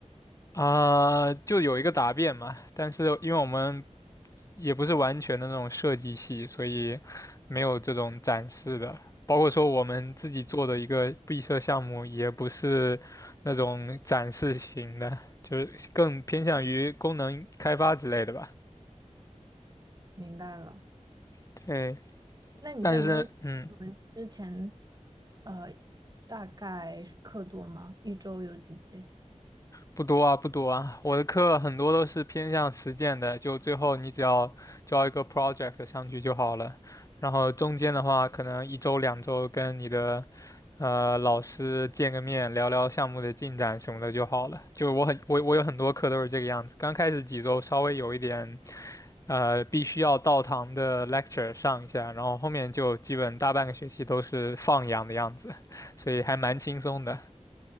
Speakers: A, on the left (about 25°); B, on the right (about 30°).
A: 啊、就有一个答辩嘛，但是因为我们也不是完全的那种设计系，所以没有这种展示的。包括说我们自己做的一个闭设项目，也不是那种展示型的，就是更偏向于功能开发之类的吧。
B: 明白了。
A: 对，
B: 那你在没有我们之前，
A: 但是嗯。
B: 呃，大概是课多吗？一周有几节？
A: 不多啊，不多啊，我的课很多都是偏向实践的，就最后你只要交一个 project 上去就好了。然后中间的话，可能一周两周跟你的呃老师见个面，聊聊项目的进展什么的就好了。就我很我我有很多课都是这个样子，刚开始几周稍微有一点呃必须要到堂的 lecture 上一下，然后后面就基本大半个学期都是放养的样子，所以还蛮轻松的。